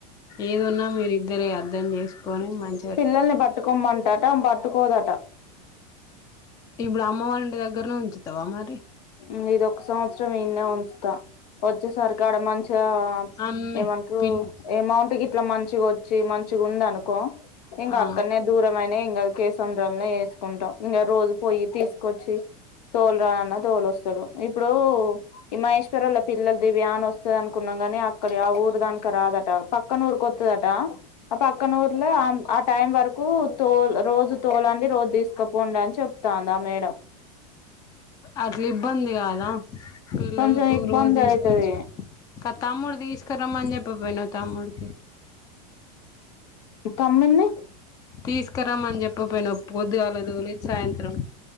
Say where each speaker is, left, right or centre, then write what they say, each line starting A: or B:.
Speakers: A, on the left; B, on the left.
A: ఏదున్నా మీరిద్దరే అర్ధం చేసుకొని మంచిగ్
B: పిల్లల్ని పట్టుకోమ్మంటట ఆమ్ పట్టుకోదట
A: ఇప్పుడు అమ్మ వాళ్ళంటి దగ్గర్నే ఉంచుతావా మరి
B: ఉమ్ ఇదొక్క సంవత్సరం ఈన్నే ఉంచుతా వచ్చేసరికి ఆడ మంచిగా
A: అన్ని
B: ఏమంట్రూ
A: పిల్లి
B: ఏమౌంట్ కి కే మంచిగా వచ్చి మంచిగా ఉంది అనుకో ఇంగా
A: ఆ
B: అక్కన్నే దూరమైన ఇంగా కేసంధల్నే వేసుకుంటా ఇంగా రోజు పోయితీసుకొచ్చి తోలురాన్న తోలువస్తడు ఇప్పుడు ఈ మహేశ్వర్ వాళ్ళ పిల్లలు దివ్యా అని వస్తది అనుకున్నాం గాని అక్కడి యాఊరుదానికి రాదట పక్ కనూర్ కొత్తుదటా ఆ పక్కన ఊర్లో అం ఆ టైం వరకు తోల్ రోజు తోలండి రోజు తీసుకపోండి అని చెప్ తాందా మేడం
A: అట్లు ఇబ్బంది కాదా పిల్లలకు
B: కొంచెం ఇబ్బంది
A: రోజు తీసుకొచ్చి
B: అయితది
A: కా తమ్ముడు తీసుకురమ్మని చెప్పిపోయినావ్ తమ్ముడికి
B: తమ్మున్నీ
A: తీసుకురామ్మని చెప్పపోయినవ్ పొద్దుగాలతోలి సాయంత్రం